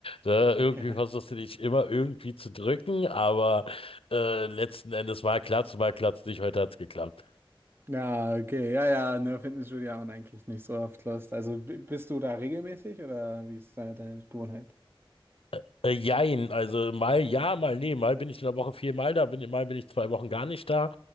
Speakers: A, on the left (about 80°); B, on the right (about 25°).
A: Ne? Irgendwie
B: <laughs> ja.
A: versuchst du dich immer irgendwie zu drücken, aber äh, letzten Endes mal klappt's, mal klappt's nicht. Heute hat's geklappt.
B: Ja, okay, ja, ja, nur Fitnessstudio haben eigentlich nicht so oft Lust. Also b- bist du da regelmäßig oder wie ist deine, deine Gewohnheit?
A: Äh, äh, jein, also mal ja, mal nee, mal bin ich in der Woche viermal da, bin, mal bin ich zwei Wochen gar nicht da.